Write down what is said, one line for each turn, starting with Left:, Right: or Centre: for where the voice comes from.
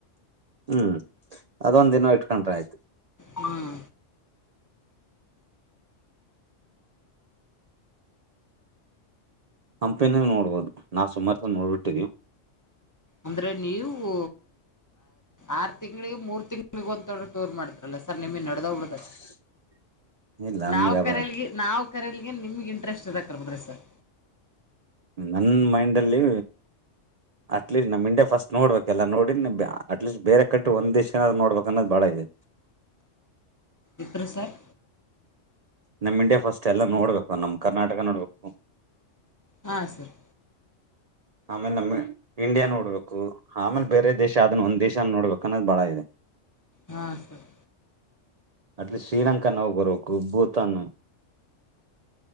Right: ಹ್ಮ್ ಅದೊಂದ್ ದಿನ ಇಟ್ಕೊಂಡ್ರೆ ಆಯ್ತು
Left: ಹ್ಮ್
Right: ಹಂಪಿನಾಗ ನೋಡ್ಬೋುದು ನಾವು ಸುಮಾರು ಸ ನೋಡ್ಬಿಟ್ಟಿದೀವಿ
Left: ಅಂದ್ರೆ ನೀವು ಆರು ತಿಂಗಳಿಗೆ ಮೂರು ತಿಂಗಳಿಗ ಒಂತ ಟೂರ್ ಮಾಡ್ತರಲ್ಲ ಸರ್ ನಿಮ್ಮ ನಡೆದೋಗಿಳಬೇಕತೆ
Right: <unintelligible> ಇಲ್ಲ
Left: ನಾವ್
Right: ನಮ್ಗೆ
Left: ಕರಲ್ಗೆ ನಾವ್ ಕರೆಯಲಿಗೆ ನಿಮ್ಗೆ ಇಂಟ್ರೆಸ್ಟ್ ಇದ ಕರ್ಬದ್ರಿ ಸರ್
Right: ನನ್ನ ಮೈಂಡಲ್ಲಿ ಅಟ್ ಲೀಸ್ಟ್ ನಮ ಇಂಡಿಯಾ ಫಸ್ಟ್ ನೋಡ್ಬೇಕಕ್ಲ್ಲ ನೋಡ ಅಟ್ಲೀಸ್ಟ್ ಬೇರೆ ಕಂಟ್ರಿ ಒಂದ ದೇಶನ ನೋಡ್ಬೇಕುನ್ನದು ಬಾಳ ಇದೆ
Left: ಎತ್ರರು ಸರ್
Right: ನಮ್ ಇಂಡಿಯಾ ಫಸ್ಟ್ ಎಲ್ಲ ನೋಡ್ಬೇಕು ನಮ್ ಕರ್ನಾಟಕ ನೋಡ್ಬೇಕು
Left: ಹಾಂ ಸರ್
Right: ಆಮೇಲೆ ನಮ ಇಂಡಿಯಾ ನೋಡ್ಬೇಕು ಆಮೇಲೆ ಬೇರೆ ದೇಶ ಅದನ್ನ ಒಂದ ದೇಶ ನೋಡ್ಬೇಕ ಅನ್ನದ್ ಬಾಳ ಇದೆ
Left: ಹಾಂ ಸರ್
Right: ಅಟ್ಲಿಸ್ಟ್ ಶ್ರೀಲಂಕ ನೋಡಿ ಬರಬೇಕು ಭೂತಾನ್